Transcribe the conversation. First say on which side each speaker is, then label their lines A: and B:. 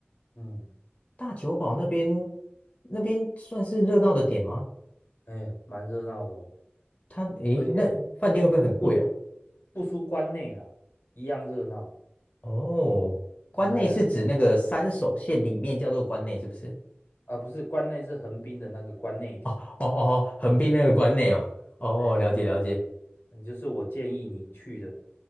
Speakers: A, on the left; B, on the left.
A: 嗯，
B: 大久保那边那边算是热闹的点吗？
A: 哎，蛮热闹的哦，
B: 它诶，
A: 而且
B: 那饭店会不会很贵啊？
A: 不不输关内啦，一样热闹。
B: 哦，关内是指那个三手线里面叫做关内，
A: 呃，
B: 是不是？
A: 啊，不是关内是横滨的那个关内町
B: 哦哦哦，横滨那个关内哦。
A: 啊，
B: 哦，
A: 哎，
B: 了解了解。
A: 哎就是我建议你去的，